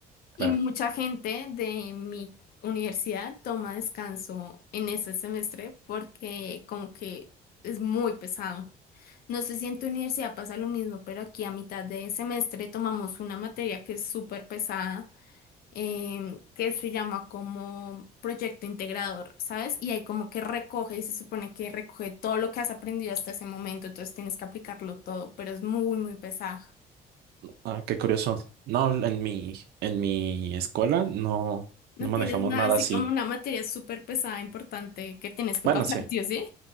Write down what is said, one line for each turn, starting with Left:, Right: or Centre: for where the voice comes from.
Right: Claro.
Left: Y mucha gente de mi universidad toma descanso en ese semestre porque como que es muy pesado. No sé si en tu universidad pasa lo mismo, pero aquí a mitad de semestre tomamos una materia que es súper pesada, em, que se llama como proyecto integrador, ¿sabes? Y ahí como que recoge y se supone que recoge todo lo que has aprendido hasta ese momento, entonces tienes que aplicarlo todo, pero es muy, muy pesado.
Right: Ah, qué curioso. No, en mi, en mi escuela no,
Left: No
Right: no manejamos
Left: tienes nada
Right: nada
Left: así
Right: así.
Left: como una materia súper pesada, importante que tienes que
Right: Bueno,
Left: pasar,
Right: sí.
Left: ¿sí o sí?